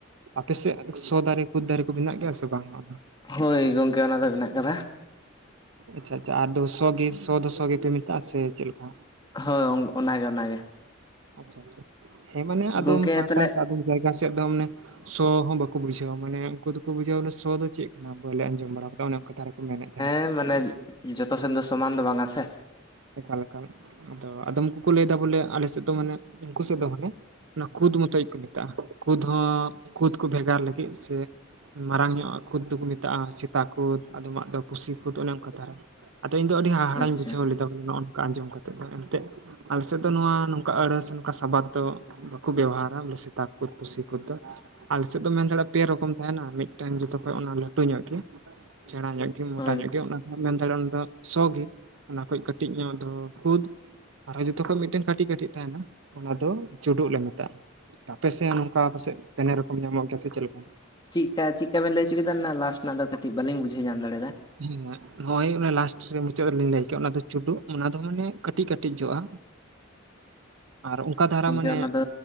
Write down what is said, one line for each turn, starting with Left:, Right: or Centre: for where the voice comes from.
Right: ᱟᱯᱮᱥᱮᱫ ᱥᱚ ᱫᱟᱨᱮ ᱠᱩᱫ ᱫᱟᱨᱮ ᱠᱚ ᱢᱮᱱᱟᱜ ᱜᱮᱭᱟ ᱥᱮ ᱵᱟᱝ ᱚᱱᱟ
Left: ᱦᱳᱭ ᱜᱚᱝᱠᱮ ᱚᱱᱟ ᱫᱚ ᱢᱮᱱᱟᱜ ᱟᱠᱟᱫᱟ
Right: ᱟᱪᱪᱷᱟ ᱟᱪᱪᱷᱟ ᱟᱨ ᱫᱚ ᱥᱚ ᱜᱮ ᱥᱚ ᱫᱚ ᱥᱚ ᱜᱮᱯᱮ ᱢᱮᱛᱟᱜᱼᱟ ᱥᱮ ᱪᱮᱫ ᱞᱮᱠᱟ
Left: ᱦᱳᱭ ᱚᱱᱟᱜᱮ ᱚᱱᱟᱜᱮ
Right: ᱟᱪᱪᱷᱟ ᱟᱪᱪᱷᱟ ᱦᱮᱸ ᱢᱟᱱᱮ ᱟᱫᱚᱢ
Left: ᱜᱚᱝᱠᱮ
Right: ᱯᱟᱦᱴᱟ
Left: ᱛᱟᱦᱞᱮ
Right: ᱥᱮ ᱟᱫᱚᱢ ᱡᱟᱭᱜᱟ ᱥᱮᱫ ᱫᱚ ᱢᱮ ᱥᱚ ᱦᱚᱸ ᱵᱟᱠᱚ ᱵᱩᱡᱷᱟᱹᱣᱟ ᱢᱟᱱᱮ ᱩᱱᱠᱩ ᱫᱚᱠᱚ ᱵᱩᱡᱷᱟᱹᱣᱟᱮ ᱥᱚ ᱫᱚ ᱪᱮᱫ ᱠᱟᱱᱟ ᱵᱟᱞᱮ ᱟᱸᱡᱚᱢ ᱵᱟᱲᱟᱫᱟ ᱚᱱᱮ ᱚᱱᱠᱟ ᱢᱮᱱᱮ ᱠᱟᱱ
Left: ᱦ ᱢᱟᱱᱮ ᱡᱚᱛᱚ ᱥᱮᱱ ᱫᱚ ᱥᱚᱢᱟᱱ ᱫᱚ ᱵᱟᱝᱟ ᱥᱮ᱾
Right: ᱪᱮᱠᱟᱞᱮᱠᱟ ᱟᱫᱚ ᱟᱫᱚᱢ ᱠᱚᱠᱚ ᱞᱟᱹᱭ ᱮᱫᱟ ᱵᱚᱞᱮ ᱟᱞᱮ ᱥᱮᱫ ᱫᱚ ᱢᱟᱱᱮ ᱩᱱᱠᱩ ᱥᱮᱫ ᱫᱚ ᱢᱟᱱᱮ ᱚᱱᱟ ᱠᱩᱫᱽ ᱢᱚᱛᱚᱡ ᱠᱚ ᱢᱮᱛᱟᱜᱼᱟ ᱠᱩᱫᱽ ᱦᱚᱸ ᱠᱩᱫᱽ ᱠᱚ ᱵᱷᱮᱜᱟᱨ ᱞᱟᱹᱜᱤᱫ ᱥᱮ ᱢᱟᱨᱟᱝ ᱧᱚᱜᱼᱟ ᱠᱩᱫ ᱫᱚᱠᱚ ᱢᱮᱛᱟᱜᱼᱟ ᱥᱮᱛᱟ ᱠᱩᱫ ᱟᱫᱚᱢᱟᱜ ᱫᱚ ᱯᱩᱥᱤ <unintelligible> ᱠᱟ ᱛᱷᱟᱨᱟ ᱟᱫᱚ ᱤᱧ ᱫᱚ ᱟᱹᱰᱤ ᱦᱟᱦᱟᱲᱟᱧ
Left: ᱟᱪᱪᱷᱟ
Right: ᱵᱩᱡᱷᱟᱹᱣ ᱞᱮᱫᱟ ᱵᱚᱞᱮ ᱱᱚᱜᱼᱚ ᱱᱚᱝᱠᱟ ᱟᱸᱡᱚᱢ ᱠᱟᱛᱮᱫ ᱫᱚ ᱮᱱᱮᱫ ᱟᱞᱮ ᱥᱮᱫ ᱫᱚ ᱱᱚᱣᱟ ᱱᱚᱝᱠᱟ ᱟᱹᱲᱟᱹ ᱥᱮ ᱱᱚᱝᱠᱟ ᱥᱟᱵᱟᱫ ᱫᱚ ᱵᱟᱠᱚ ᱵᱮᱣᱦᱟᱨᱟ ᱥᱮᱛᱟ ᱠᱚ ᱯᱩᱥᱤ ᱠᱚᱫᱚ ᱟᱞᱮᱥᱮᱫ ᱫᱚ ᱢᱮᱱ ᱫᱟᱲᱮᱭᱟᱜᱼᱟ ᱯᱮ ᱨᱚᱠᱚᱢ ᱛᱟᱦᱮᱱᱟ ᱢᱤᱫᱴᱮᱱ ᱡᱚᱛᱚᱠᱷᱚᱡ ᱚᱱᱟ ᱞᱟᱹᱴᱩ ᱧᱚᱜ ᱜᱮ ᱥᱮᱬᱟ ᱧᱚᱜ ᱜᱮ
Left: ᱦᱳᱭ
Right: ᱛᱟᱦᱚᱞᱮ ᱜᱮ ᱚᱱᱟ ᱠᱚ ᱢᱮᱱ ᱫᱟᱲᱮ ᱚᱱᱟ ᱫᱚ ᱥᱚ ᱜᱮ ᱚᱱᱟ ᱠᱷᱚᱱ ᱠᱟᱹᱴᱤᱡ ᱧᱚᱜ ᱫᱚ ᱠᱷᱩᱫ ᱟᱨᱚᱸ ᱡᱚᱛᱚᱠᱷᱚᱡ ᱢᱤᱫᱴᱮᱱ ᱠᱟᱹᱴᱤᱡ ᱠᱟᱹᱴᱤᱡ ᱛᱟᱦᱮᱱᱟ ᱚᱱᱟ ᱫᱚ ᱪᱩᱰᱩᱜ ᱞᱮ ᱢᱮᱛᱟᱜᱼᱟ ᱛᱚ ᱟᱯᱮᱥᱮᱫ ᱱᱚᱝᱠᱟ ᱯᱟᱥᱮᱫ ᱯᱮᱱᱮ ᱨᱚᱠᱚᱢ ᱧᱟᱢᱚᱜ ᱜᱮᱭᱟ ᱥᱮ ᱪᱮᱫ ᱞᱮᱠᱟ
Left: ᱪᱮᱫᱠᱟ ᱪᱮᱫᱠᱟ ᱵᱮᱱ ᱞᱟᱹᱭ ᱪᱩ ᱠᱮᱫᱟ ᱚᱱᱟ ᱞᱟᱥᱴ ᱨᱮᱱᱟᱜ ᱫᱚ ᱠᱟᱹᱴᱤᱡ ᱵᱟᱞᱤᱧ ᱵᱩᱡᱷᱟᱹᱣ ᱧᱟᱢ ᱫᱟᱲᱮᱭᱟᱫᱟ
Right: ᱦᱮᱸ ᱱᱚᱜ ᱚᱚᱭ ᱚᱱ ᱞᱟᱥᱴ ᱨᱮ ᱢᱩᱪᱟᱹᱫ ᱨᱮ ᱞᱤᱧ ᱞᱟᱹᱭᱠᱮᱜ ᱚᱱᱟ ᱫᱚ ᱪᱩᱰᱩ ᱚᱱᱟ ᱫᱚ ᱢᱟᱱᱮ ᱠᱟᱹᱴᱤᱡ ᱠᱟᱹᱴᱤᱡ ᱡᱚᱜᱼᱟ ᱟᱨ ᱚᱱᱠᱟ ᱫᱷᱟᱨᱟ
Left: ᱜᱚᱝᱠᱮ
Right: ᱢᱟᱱᱮ
Left: ᱚᱱᱟ ᱫᱚ